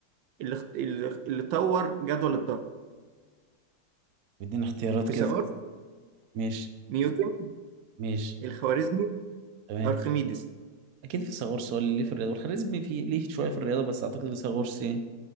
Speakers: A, on the right; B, on the right.
A: اللي, اللي, اللي طور جدول الضرب
B: بدينا اختيارات
A: فيثاغورس
B: كده ماشي
A: نيوتن
B: ماشي
A: الخوارزمي
B: تمام
A: ارخميدس
B: أكيد في فيثاغورس هو اللي ليه في الرياضة والخوارزمي في ليه شوية في الرياضة بس أعتقد فيثاغورس يعني